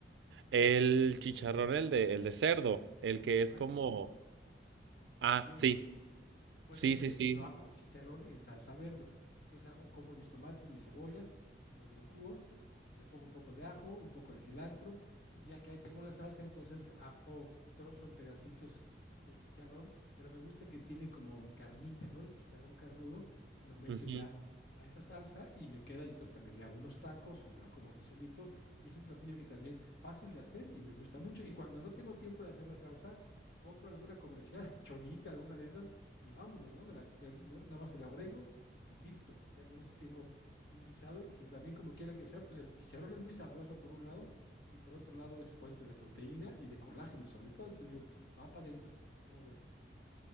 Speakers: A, on the right; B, on the left.
A: El chicharrón, el de, el de cerdo, el que
B: Exacto,
A: es como...
B: sí, crujiente.
A: Ah, sí,
B: Bueno,
A: sí,
B: ese
A: sí, sí.
B: lo hago chicharrón en salsa verde. Entonces hago, compro mis tomates, mis cebollas, los licúo, y le pongo un poco de ajo, un poco de cilantro, y ya que ahí tengo la salsa, entonces hago trozo en pedacitos el chicharrón, pero me gusta el que tiene como carnita, ¿no? El chicharrón carnudo, lo meto
A: ujú.
B: ya a esa salsa y me queda, entonces también me hago unos tacos o me lo como así solito, y es un platillo que también fácil de hacer y me gusta mucho, y cuando no tengo tiempo de hacer la salsa, compro alguna comercial, <laughs> chonita, alguna de esas, y vámonos, ¿no? Me la- me- no, nada más se la agrego y listo. Ya con eso tengo un guisado y que también como quiera que sea, pues el chicharrón es muy sabroso por un lado y por otro lado es fuente de proteína y de colágeno sobre todo. Entonces digo, va para adentro. ¿Cómo ves?